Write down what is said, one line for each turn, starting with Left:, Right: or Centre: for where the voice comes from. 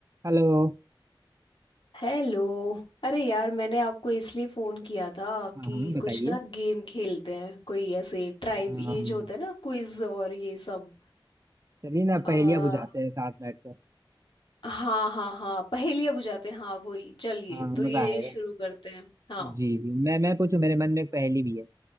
Right: Hello
Left: Hello अरे यार मैंने आपको इसलिए फोन किया था
Right: हाँ
Left: कि
Right: हाँ बताइए
Left: कुछ ना गेम खेलते हैं कोई ऐसे ट्राइव
Right: हाँ,
Left: ये जो होता है ना क्विज और ये सब
Right: चलिए ना
Left: आ,
Right: पहेलियाँ बुझाते हैं साथ बैठकर
Left: हाँ हाँ हाँ पहेलियाँ बुझाते हैं हाँ वही चलिए
Right: हाँ
Left: तो
Right: मजा
Left: ये
Right: आएगा
Left: शुरू करते हैं हाँ
Right: जी जी मैं मैं पूछूं मेरे मन में एक पहेली भी है